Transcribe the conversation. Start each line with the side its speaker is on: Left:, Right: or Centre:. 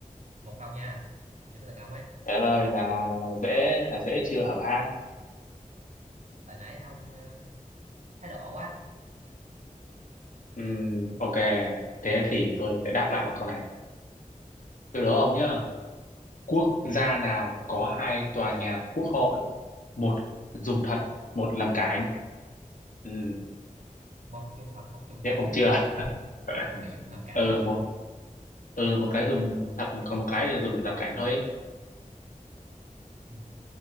Right: một không nha giờ tới lượt ông ấy
Left: Trời đất ơi là là dễ là dễ chưa hả ba?
Right: tại nãy ông à, thái độ quá
Left: Ừm, ok, thế thì tôi sẽ đáp lại bằng câu này. Từ đó ông nhá, quốc gia nào có hai tòa nhà quốc hội, một dùng thật, một làm cảnh. Ừm,
Right: một dùng thật một dùng
Left: chết
Right: cảnh
Left: ông
Right: ha
Left: chưa? <laughs>
Right: một cái dùng làm cảnh
Left: ừ,
Right: ha
Left: một ừ, một cái dùng thật, còn một cái thì dùng để làm cảnh thôi.
Right: ừ.